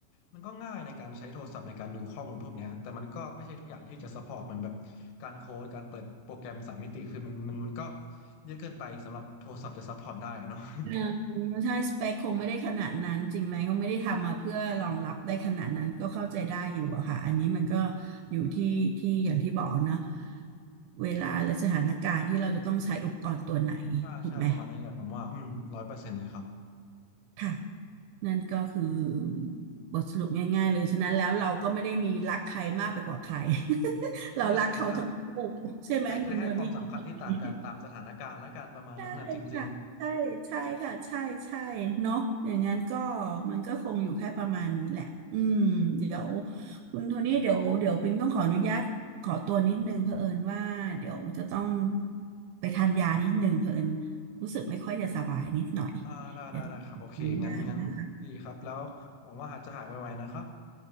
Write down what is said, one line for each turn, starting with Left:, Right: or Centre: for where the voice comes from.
Left: มันก็ง่ายในการใช้โทรศัพท์ในการดูข้อมูลพวกเนี้ยแต่มันก็ไม่ใช่ทุกอย่างที่จะซัพพอร์ตเหมือนแบบการโค้ดการเปิดโปรแกรมสามมิติคือมันมันมันก็เยอะเกินไปสำหรับโทรศัพท์จะซัพพอร์ตได้อะเนาะ <laughs>
Right: เออใช่สเปคคงไม่ได้ขนาดนั้นจริงไหมก็ไม่ได้ทำมาเพื่อรองรับได้ขนาดนั้นก็เข้าใจได้อยู่อะค่ะอันนี้มันก็อยู่ที่ที่อย่างที่บอกเนอะเวลาหรือสถานการณ์ที่เราจะต้องใช้อุปกรณ์ตัวไหนถูกไหม
Left: ใช่ใช่ประมาณนั้นแหละผมว่าอืมร้อยเปอร์เซ็นต์เลยครับ
Right: ค่ะนั่นก็คือบทสรุปง่ายๆเลยฉะนั้นแล้วเราก็ไม่ได้มีรักใครมากไปกว่าใคร <laughs> เรารักเขาทั้งคู่
Left: เออใช่
Right: ใช่ไหมคุณโดนี่
Left: แต่แค่ให้ความสำคัญที่ต่างกันตามสถานการณ์และการประมาณนั้นน่ะจริง
Right: <laughs> ใช่ค่ะใช่ใช่ค่ะใช่ใช่เนาะอย่างนั้นก็มันก็คงอยู่แค่ประมาณนี้แหละอืมเดี๋ยวคุณโทนี่เดี๋ยวเดี๋ยวปิงต้องขออนุญาตขอตัวนิดนึงเผอิญว่าเดี๋ยวจะต้องไปทานยานิดนึงเผอิญรู้สึกไม่ค่อยจะสบายนิดหน่อย
Left: อ่าได้ได้ได้ครับโอเคงั้นงั้นดีครับแล้วหวังว่าหาจะหายไวๆนะครับ
Right: เดี๋ยวต้องขออนุญาตนะคะ